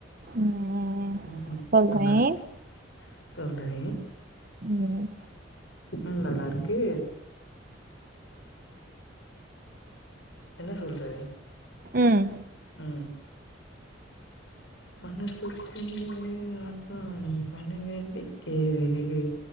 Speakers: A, on the right; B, on the left.
A: ம்
B: ம்
A: சொல்றேன்
B: நல்லா இருக்கு சொல்றே
A: ம்
B: ம் நல்லா இருக்கு என்ன சொல்ற
A: ம்
B: ம் மனசுக்குள்ளே ராசா நீ பணவேண்டிக் கேளு